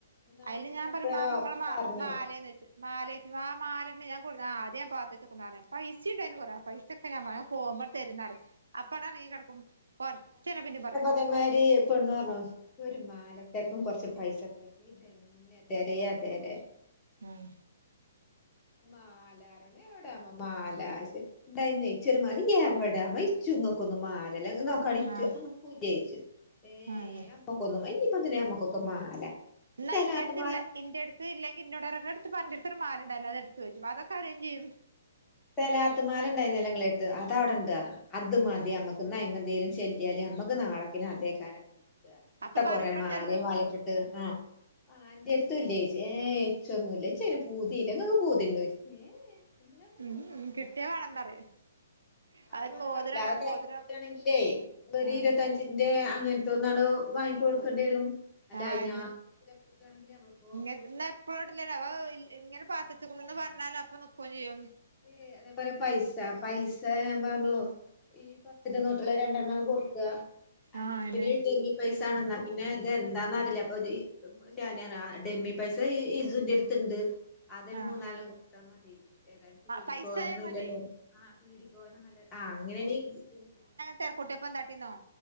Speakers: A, on the left; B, on the right.
A: ഇന്നാള്
B: അതില്
A: ചെന്നപ്പഴാ
B: ഞാൻ പറ മാമങ്ങളെ മാ
A: പറഞ്ഞു
B: മാലേന്ന് വെച്ചു മാലേ <unintelligible> ആ മാലണ്ട് ഞാൻ കൊടു ആ അത് ഞാൻ പാത്തേച്ച്ക്ക്ണ്റ്ഞു പൈസീണ്ടായിന്ന് കൊറെ പൈ ഒ <unintelligible> ക്കെ ഞാൻ പറയും പോകുമ്പോതരുന്നറിം അപ്പങ്ടറങ്ങി കടക്കും കൊറചെയിഞ പിന്നെ പറയും.
A: അത് മാരി ഒരു പെണ്ണ് പറഞ്ഞു ഒരു മാലത്തേർക്കും കൊറച്ച് പൈസത്തർക്കും ഇ ന്നെ തെരയാ തെര
B: ഉം
A: മാലാറ എവിടമ്മ മാലാ ഉണ്ടയിര്ന്നൊയ് ച്ചൊരുമാല എവിടാവോയ് ഇ ച്ച ങ്ങക്കൊന്നും മാലല്ല നോക്കാണി
B: ആഹ്
A: അൻക്കും ഇല്ലെ ചോയ്ച്ച് ഏ.
B: ആഹ്
A: ക്കൊന്നും ഇഞിപ്പെന്തിന ഞമ്മക്കൊക്ക മാല.
B: ന്നാ
A: സലാത്ത്
B: ഇന്റെടത്ത്ല്ലെ
A: മാല
B: ന്റെടുത്ത് ല്ലെങ്കി ഇന്നോട്റാക്കാരം എട്തുപോ അൻ്റെര്തൊരു മാലണ്ടാര്ന്ന്ലെ അതെടുത്തു ചോയ്ച്ചൂം അതൊ കരീൻചെയ്യും
A: സലാത്ത്മാല ണ്ടായിന്നല്ലോ ങ്ങളെര്ത് അത് അവടെണ്ട്ർഞു അത് മതി
B: ഉം
A: നമ്മക്ക്. ഇന്ന് അയ്മഎന്തേങ്കിലും ചെല്ലിയാൽ നമ്മക്ക് നാളെക്കിന് അതേയ്കാരം. എത്ത
B: അപ്പൊ
A: കൊറെ
B: പറയുമ്പട്
A: മാലീ.
B: ചെല്ലും
A: വളീകട്ട് ആ. ആഹ് അൻ്റെര്ത്തൂല്ലെച്ച് ഏ ഇച്ചൊന്നുല്ല ച്ചയിന് പൂതീല്ല ങ്ങക്ക് പൂതിണ്ടോയ്ച്ചു. എന്തിനാപ്പാ
B: ഉം
A: കൂറെ മാല
B: ഉം കിട്ടിയ വേണംന്നറിയും
A: ഹ് ഹ് അപ്പൊ
B: അതൊരു
A: ഞാൻ പറാ
B: മോതിരണ്ടാവും
A: വല്ലാതെ തെർക്ക്
B: മോതിരം
A: കൂട്ടണെങ്കിൽ ഒരു
B: ആഹ്
A: ഇരുപത്തഞ്ച് ന്റെ അങ്ങനത്തെ ഒന്നാണ് വാങ്ങി കൊടുക്കേണ്ടിരും. അല്ല
B: ആഹ്
A: അയിനൊ <unintelligible> പു കിട്ടണെങ്കി ഞമ്മളിപ്പോ?
B: ഇത് ന്നെ ഇപ്പോട്ട്ലല്ലോ അപ്പോ ഇങ്ങനെ പാത്തേച്ച്ക്കുണൂന്ന് പറഞ്ഞാലപ്പൊ നിക്കും ചെയ്യും.
A: ഏ അതേപോലെ പൈസ പൈസ ഞാൻ പറഞ്ഞു. ഈ പത്തിന്റെ നോട്ട്ള്ള രണ്ടെണ്ണാങ് കൊടുക്ക. അല്ലെങ്കിൽ
B: ആഹ് അന്നെ
A: പിന്നെ ഇ മി പൈസാണന്നാ പിന്നെ ത് എന്താന്നറീയല്ല അപ്പൊ ഇതി <unintelligible> സന ഡെമ്മി പൈസ ഈ ഇസൂന്റെര്ത്ത്ണ്ട് അതൊരു
B: ആഹ്
A: മൂന്നാൽണം കൊടുത്താമതി ഏതായാലും പീടിക്കോവാനൊ
B: പൈസായ
A: ന്നുല്ലലൊ
B: മതിയേ
A: ആ പീടിക്കോവാനൊല്ല ആ അങ്ങനെണ് ബുദ്ധിമുട്ട്.
B: തെരക്കൂട്ടിയപ്പോ എന്താട്ടിന്നോ